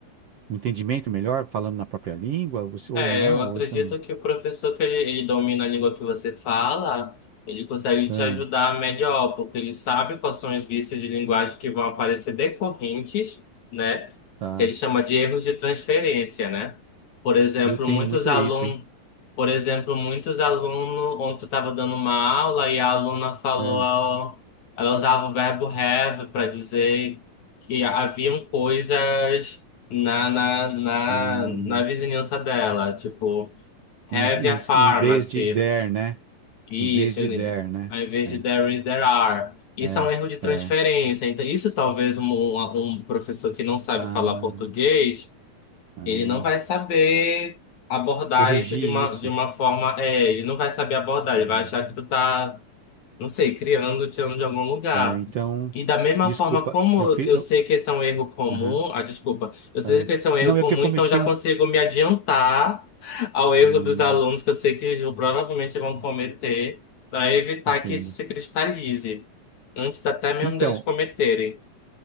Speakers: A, on the right; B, on the left.
A: um entendimento melhor, falando na própria língua, você,
B: É,
A: ou não,
B: eu acredito
A: ou isso... é um,
B: que o professor que ele, ele domina a língua que você fala, ele consegue
A: Ah,
B: te ajudar melhor, porque ele sabe quais são os vícios de linguagem que vão aparecer decorrentes, né?
A: tá.
B: Que ele chama de erros de transferência, né? Por exemplo,
A: Eu tenho
B: muitos
A: muito
B: alunos,
A: isso, hein?
B: por exemplo, muitos alunos, ontem eu estava dando uma aula e a aluna falou,
A: Ah,
B: ao- ela usava o verbo have para dizer que haviam coisas na, na, na,
A: ah,
B: na vizinhança dela. Tipo,
A: em,
B: have a
A: em,
B: pharmacy.
A: em vez de der, né?
B: Isso,
A: Em vez de
B: né?
A: der, né?
B: ao invés
A: É,
B: de there is, there are. Isso
A: é,
B: é um erro de transferência.
A: é.
B: Então, isso talvez um, um professor que não sabe
A: Ah,
B: falar português,
A: ah.
B: ele não vai saber abordar
A: Corrigi
B: isso de uma,
A: isso.
B: de uma forma. É, ele não vai saber abordar,
A: Hum.
B: ele vai achar que tu tá não sei, criando, tirando de algum lugar.
A: É, então,
B: E da mesma
A: desculpa,
B: forma como
A: eu fiz.
B: eu
A: eu-
B: sei
A: eu-
B: que esse é um erro comum,
A: aham,
B: ah, desculpa, eu sei
A: ah.
B: que esse é um erro
A: Não, é
B: comum,
A: que eu cometi
B: então já consigo
A: um.
B: me adiantar ao erro
A: Ah,
B: dos alunos que eu sei que eles provavelmente vão cometer, para evitar
A: entendo.
B: que isso se cristalize, antes até mesmo
A: Então,
B: deles cometerem.